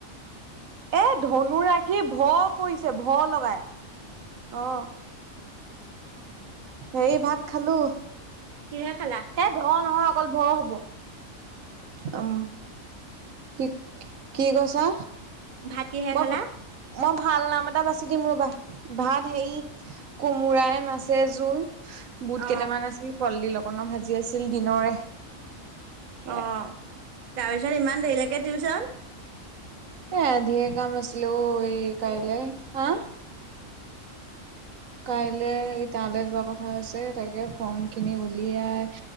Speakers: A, on the right; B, on the right.
A: এ ধনুৰাশি 'ভ' পৰিছে 'ভ' লগাই অ। হেৰি ভাত খালো,
B: কিহে খালা?
A: এ 'ধ' নহয় অকল 'ভ' হ'ব। উম কি কি কৈছা?
B: ভাত কিহে
A: মব
B: খালা?
A: মই ভাল নাম এটা বাছি দিম ৰবা। ভাত হে কোমোৰায়ে মাছে জোল বুট
B: অ
A: কেইটামান আছিল কলদিল অকনমান ভাজি আছিল দিনৰে। সে
B: অ তাৰপিছত ইমান দেৰিলৈকে টিউচন?
A: এ ধেৰ কাম আছিলে অ এই কাইলে হা কাইলে এই তালে যোৱা কথা আছে তাকে ফৰ্ম খিনি উলিয়াই